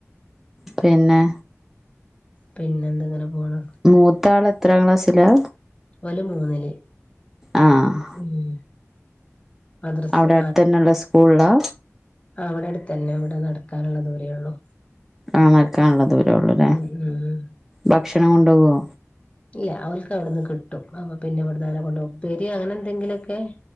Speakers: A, in the centre; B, on the left.
A: പിന്നെ
B: പിന്നെ എന്തങ്ങനെ പോണ്
A: മൂത്ത ആൾ എത്രാം ക്ലാസ്സിലാ
B: ഓള് മൂന്നില്
A: ആഹ്
B: ഉം മദ്രസില്
A: അവിടെ അടു തന്നെള്ള സ്കൂളിലാ
B: ആ അവിടെ അടുത്ത തന്നെ ഇവിടെ നടക്കാനുള്ള ദൂരേള്ളു
A: ആഹ് നടകാനുള്ളത് ദൂരേ ഉള്ളൂ അല്ലേ
B: ഉം ഉം
A: ഭക്ഷണം കൊണ്ട് പോകുവോ
B: ഇല്ല അവൾക്ക് അവിടന്ന് കിട്ടും അപ്പൊ പിന്നെ ഇവിടന്ന് അങ്ങനെ കൊണ്ട് ഉപ്പേരി അങ്ങനെ എന്തെങ്കിലുമൊക്കെ